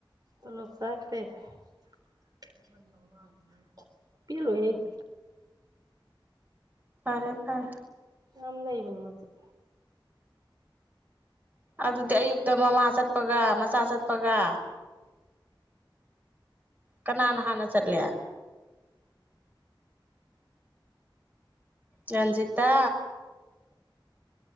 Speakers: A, on the right; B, on the right.
A: ꯇꯣꯂꯣꯞ ꯆꯥꯈ꯭ꯔꯦ <unintelligible> ꯄꯦꯜꯂꯣꯏꯍꯦ <unintelligible>
B: ꯐꯔꯦ ꯐꯔꯦ
A: ꯌꯥꯝ ꯅꯩꯕꯅꯤ ꯃꯆꯤꯠ
B: ꯑꯗꯨꯗꯤ ꯑꯌꯨꯛꯇ ꯃꯃꯥ ꯆꯠꯄꯒꯥ ꯃꯆꯥ ꯆꯠꯄꯒꯥ ꯀꯅꯥꯅ ꯍꯥꯟꯅ ꯆꯠꯂꯤ ꯔꯟꯖꯤꯇꯥ